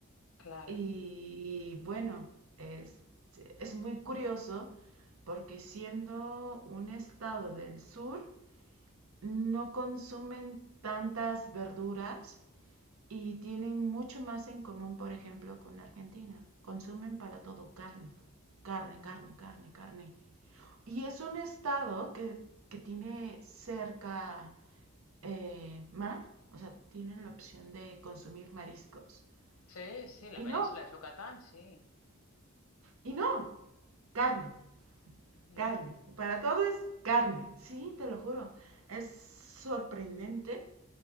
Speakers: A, on the left (about 85°); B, on the right (about 80°).
A: claro.
B: Y bueno, es, es muy curioso porque siendo un estado del sur, no consumen tantas verduras y tienen mucho más en común, por ejemplo, con Argentina. Consumen para todo carne, carne,
A: Ah,
B: carne, carne, carne. Y es un estado que, que tiene cerca eh, mar, o sea, tienen la opción de consumir mariscos.
A: Sí, sí, la
B: Y no,
A: península de Yucatán, sí.
B: y no, carne,
A: Mira.
B: carne. Para todo es carne, sí, te lo juro. Es sorprendente